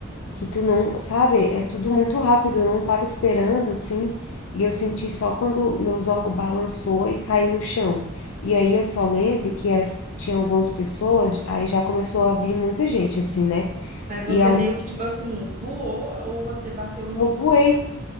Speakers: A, on the left; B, on the right.
A: que tu não, sabe, é tudo muito rápido, eu não tava esperando assim, e eu senti só quando meus órgãos balançou e caí no chão. E aí eu só lembro que as, tinha algumas pessoas, aí já começou a vir muita gente assim, né?
B: mas você
A: E eu,
B: meio que, tipo assim, voou ou você bateu no.
A: eu voei,